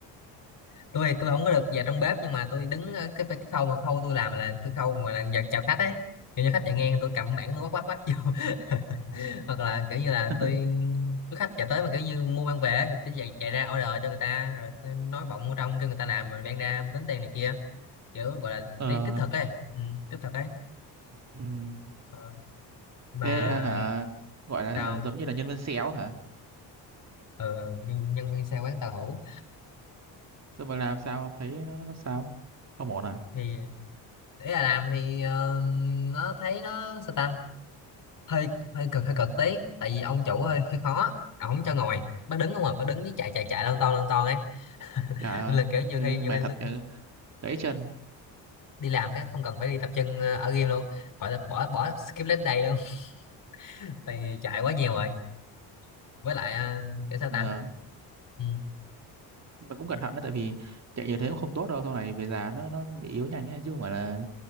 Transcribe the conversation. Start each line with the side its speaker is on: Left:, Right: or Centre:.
Left: tôi tôi không có được vào trong bếp nhưng mà tôi đứng ở cái, cái khâu mà khâu tôi làm là tôi khâu mà là vào chào khách ấy kiểu như khách chạy ngang tôi cầm bảng tôi quát quát quát vô <laughs> hoặc là kiểu như là
Right: <laughs>
Left: tôi tôi khách chạy tới mà kiểu như mua mang về ấy, thì tôi chạy, chạy ra order cho người ta rồi tôi nói bọng vô trong cho người ta làm rồi mang ra tính tiền này kia kiểu gọi là
Right: ờ
Left: đi tích thực ấy ừ, tích thực ấy
Right: ừm,
Left: Ờ, mà
Right: thế à, hả gọi là
Left: sao
Right: giống như là nhân viên xéo hả
Left: ừ, ừ, nhân nhân viên xe quán tàu hủ
Right: rồi mà làm sao không thấy nó, nó sao không ổn à
Left: thì để là làm thì ờ, nó thấy nó sao ta hơi hơi cực hơi cực tí tại vì ông chủ hơi hơi khó ông không cho ngồi bác đứng không mà bác đứng với chạy chạy chạy lon ton lon ton ấy <laughs>
Right: trời ơi
Left: nên là kiểu
Right: đi-
Left: nhiều khi nhiều
Right: mệt
Left: khi
Right: thật chứ gãy chân
Left: đi làm cái không cần phải đi tập trung ờ, ở game luôn gọi là bỏ bỏ skip leg day luôn <laughs> tại vì chạy quá nhiều rồi với lại ờ, kiểu sao
Right: ờ
Left: ta ừ.
Right: nhưng mà cũng cẩn thận đó tại vì chạy nhiều thế cũng không tốt đâu sau này về già nó nó bị yếu nhanh ấy, chứ không phải là